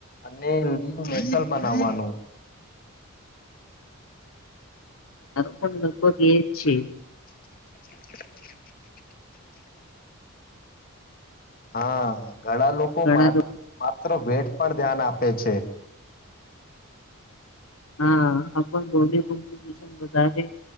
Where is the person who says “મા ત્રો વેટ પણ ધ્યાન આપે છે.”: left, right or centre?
Left